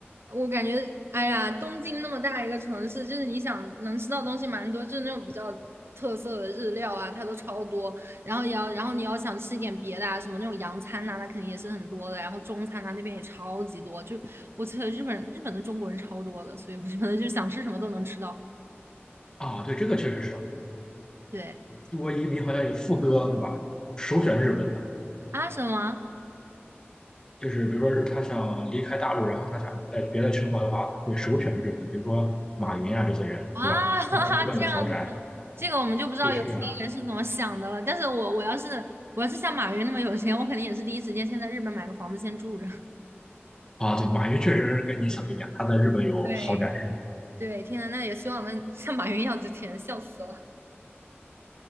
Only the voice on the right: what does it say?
我感觉，哎呀，东京那么大一个城市，就是你想能吃到东西蛮多，就是那种比较特色的日料啊，它都超多。然后也要，然后你要想吃一点别的啊，什么那种洋餐呐、那肯定也是很多的。然后中餐呐、那边也超级多，就我觉得日本日本的中国人超多的，所以我觉得就是想吃什么都能吃到。
对
啊，什么啊？
嗯。啊，
<laughs> 哈哈，
这样子，这个我们就不知道有钱人是怎么想的了。
但是我我要是我要是像马云那么有钱，我肯定也是第一时间先在日本买个房子先住着。<laughs>
对，对，天呐，那也希望能像马云一样值钱，笑死了，